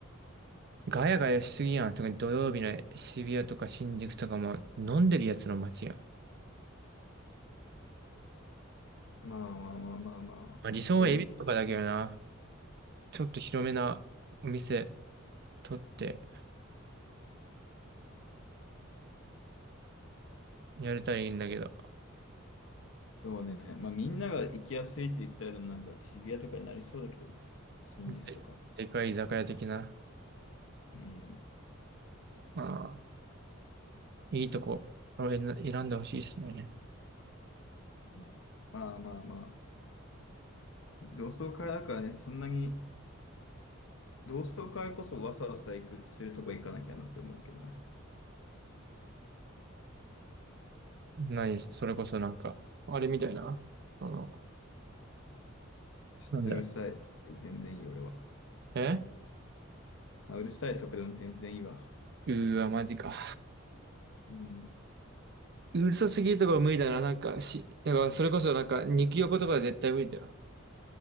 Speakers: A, on the right (about 50°); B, on the left (about 65°).
A: ガヤガヤしすぎやん。特に土曜日の渋谷とか新宿とかも飲んでるやつの街やん。ま
B: まあまあまあまあまあ、
A: あ、理想はエビとかだけどな。
B: そういう、
A: ちょっと広めなお店取って。やりたいんだけど、
B: そうね。まあ、みんなが行きやすいって言ったら、でもなんか渋谷とかになりそうだけどね、新宿とか。
A: で、でかい居酒屋的な、
B: うん。
A: まあ、いいとこ、これ選選んでほしいですね。
B: うんまあまあまあ、同窓会だからね、そんなに、同窓会こそわさわさ行く、するとこ行かなきゃなって思うけどね。
A: 何、それこそなんか、あれみたいな、その、
B: ちょっとうるさい。
A: なんだ、
B: 全然いい、俺は。
A: え
B: まあ、うるさいとこでも全然いいわ。
A: うーわ、マジか。
B: うん。
A: うるさすぎるとかは無理だな、なんか、し、だからそれこそなんか、肉横とかは絶対無理だよ。